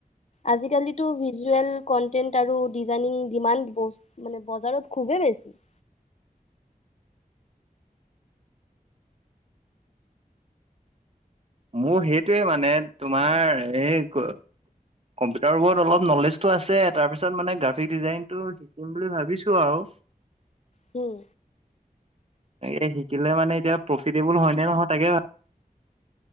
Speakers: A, on the left (about 50°); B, on the right (about 45°).
A: আজিকালিতো ভিজুৱেল কনটেন্ট আৰু ডিজাইনিং ডিমাণ্ড মানে বজাৰত খুবেই বেছি। <inaudible>
B: মোৰ সেইটোৱে মানে তোমাৰ এই ক- কম্পিউটাৰৰ ওপৰত অলপ নলেজটো আছে তাৰপিছত মানে গ্ৰাফিক ডিজাইনটো শিকিম বুলি ভাবিছো আও।
A: হম।
B: এ শিকিলে মানে এতিয়া প্ৰফিতেবল হয় নে নহয় ভাব